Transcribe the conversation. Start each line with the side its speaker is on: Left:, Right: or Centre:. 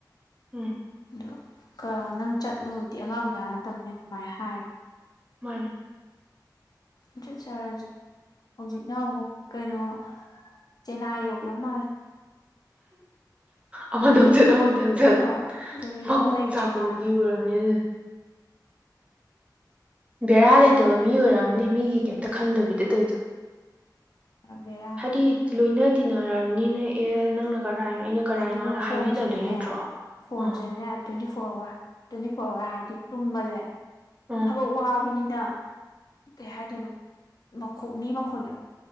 Right: ꯎꯝ
Left: ꯑꯗꯨ ꯀ ꯅꯪ ꯆꯠꯅꯨꯗꯤ ꯑꯉꯥꯡꯃꯆꯥ ꯅꯠꯇꯕꯅꯤꯅ ꯀꯃꯥꯏ ꯍꯥꯏ
Right: ꯃꯥꯟꯅꯦ
Left: ꯆꯠꯆꯔꯖꯅꯨ ꯍꯧꯖꯤꯛꯅ ꯑꯃꯨꯛ ꯀꯩꯅꯣ ꯆꯦꯅꯥꯏ ꯌꯧꯒ꯭ꯔ ꯃꯥꯜꯂꯦ
Right: ꯑꯃꯗꯃꯨꯛ ꯆꯠꯍꯧꯗꯕꯗ
Left: ꯍꯣꯏ ꯗꯦꯜꯂꯤꯗ
Right: ꯃꯀꯣꯛ
Left: ꯑꯃꯨꯛ ꯂꯩꯇ꯭ꯔ
Right: ꯆꯥꯛꯄ
Left: ꯃꯥꯜꯂꯦ
Right: ꯅꯨꯄꯤ ꯑꯣꯏꯔꯝ ꯅꯤꯗ ꯕꯦꯔꯥ ꯂꯩꯇꯕ ꯃꯤ ꯑꯣꯏꯔꯝꯅꯤ ꯃꯤꯒꯤ ꯀꯩꯝꯇ ꯈꯟꯗꯕꯤꯗ ꯇꯧꯏꯗꯣ
Left: ꯕꯦꯔꯥꯅꯤ
Right: ꯍꯥꯏꯗꯤ ꯂꯣꯏꯅ ꯇꯤꯟꯅꯔꯕꯅꯤꯅꯦ ꯑꯦ ꯅꯪꯅ ꯀꯔꯥꯏꯅꯣ ꯑꯩꯅ ꯀꯔꯥꯏꯅꯣꯅ
Left: ꯑꯗꯨꯒ ꯐꯣꯟꯁꯤꯅꯅꯦ
Right: ꯍꯥꯏꯕꯤꯅꯗꯣꯏ ꯅꯠꯇ꯭ꯔꯣ ꯑ
Left: ꯐꯣꯟꯁꯤꯅꯅꯦ twenty four hour twenty four hour ꯍꯥꯏꯗꯤ ꯇꯨꯝꯕꯖꯦ ꯑꯗꯨꯝ
Right: ꯑꯥ
Left: ꯊꯕꯛ ꯋꯥꯕꯅꯤꯅ ꯀꯩ ꯍꯥꯏꯗꯣꯏꯅꯣ ꯃꯈꯣ ꯃꯤ ꯃꯈꯣꯟꯖꯦ